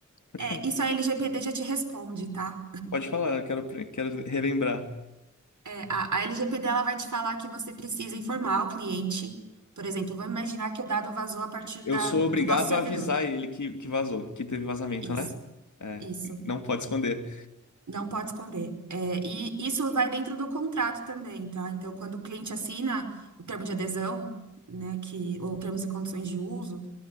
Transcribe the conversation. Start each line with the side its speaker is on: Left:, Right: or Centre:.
Left: Pode
Right: é,
Left: falar,
Right: isso a LGPD já te responde, tá?
Left: pode falar, eu quero, apre- quero relembrar.
Right: É, a, a LGPD ela vai te falar que você precisa informar o cliente. Por exemplo, vamos imaginar que o dado vazou a partir
Left: Eu
Right: da,
Left: sou
Right: do
Left: obrigado
Right: nosso servidor.
Left: a avisar ele que, que vazou, que teve vazamento,
Right: Isso,
Left: né? É,
Right: isso.
Left: não pode esconder.
Right: Não pode esconder. É, e isso vai dentro do contrato também, tá? Então, quando o cliente assina o termo de adesão, né, que, ou termos e condições de uso,